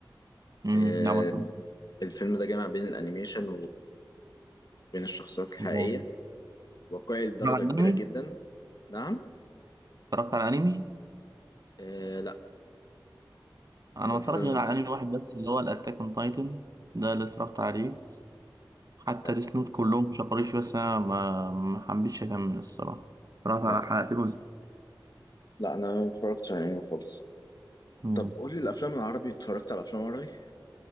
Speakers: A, on the right; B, on the left.
A: امم
B: آه
A: لا ما اتفرجتش.
B: الفيلم ده جامع بين الانيميشن بين الشخصيات الحقيقية
A: اتفرجت
B: واقعي لدرجة
A: على
B: كبيرة
A: انمي
B: جدا نعم
A: اتفرجت على انمي
B: آه لا
A: انا
B: هو
A: ما
B: الفيلم
A: اتفرجتش غير على انمي واحد بس اللي هو الاتاك اون تايتن ده اللي اتفرجت عليه حتى
B: لا
A: ديس نوت كلهم شكروليش بس انا ما ما حبيتش اكمل الصراحه اتفرجت على
B: لا,
A: حلقتين وز...
B: لا أنا ما اتفرجتش على أنمي خالص
A: مم.
B: طب قول لي الأفلام العربي اتفرجت على أفلام عربي